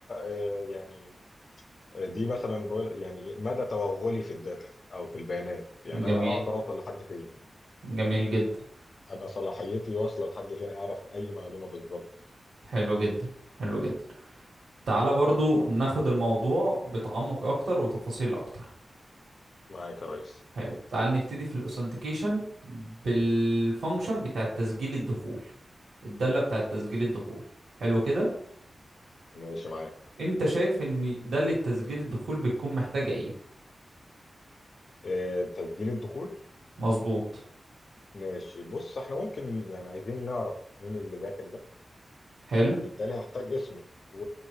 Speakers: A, on the left; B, on the right.
A: آه، يعني دي مثلا بقول- يعني إيه، مدى توغلي في الداتا او في البيانات يعني
B: جميل
A: انا اقدر اوصل لحد فين
B: جميل جدا
A: انا صلاحيتي واصلة لحد فين اعرف اي معلومة بالظبط
B: حلو جدا حلو جدا تعالى برضو ناخد الموضوع بتعمق اكتر وتفاصيل اكتر
A: معاك يا ريس
B: حلو تعال نبتدي في الاوثنتيكيشن بالفانكشن بتاع تسجيل الدخول الدالة بتاع تسجيل الدخول حلو كده
A: ماشي معاك
B: انت شايف ان دالة تسجيل الدخول بتكون محتاجة ايه
A: آه، تسجيل الدخول
B: مظبوط
A: ماشي بص احنا ممكن يعني عايزين نعرف مين اللي داخل ده
B: حلو
A: فأنا بالتالي هحتاج اسمي و...